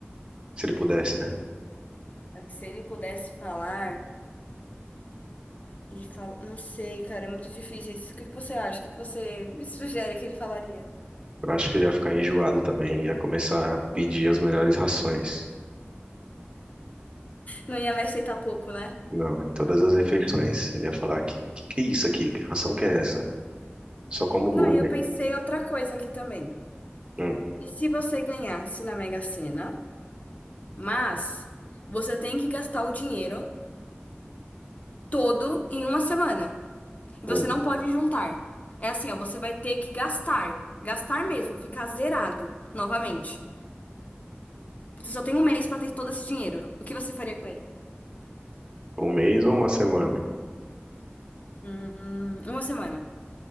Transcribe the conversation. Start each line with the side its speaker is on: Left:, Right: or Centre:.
Right: Se ele pudesse, né?
Left: Acho que se ele pudesse falar. Ele fala, não sei, cara, é muito difícil isso. O que que você acha? O que que você me sugere que ele falaria?
Right: Eu acho que ele ia ficar enjoado também, ia começar a pedir as melhores rações.
Left: Não ia me aceitar pouco, né?
Right: Não, em todas as refeições. Ele ia falar, que que, que é isso aqui? Que ração que é essa? Só como
Left: Não,
Right: Golden.
Left: e eu pensei outra coisa aqui também.
Right: Hum,
Left: E se você ganhasse na Mega Sena, mas você tem que gastar o dinheiro todo em uma semana. E você
Right: hum.
Left: não pode juntar. É assim, ó, você vai ter que gastar. Gastar mesmo, ficar zerado novamente. Você só tem um mês pra ter todo esse dinheiro. O que você faria com ele?
Right: Um mês ou uma semana?
Left: Hum, uma semana.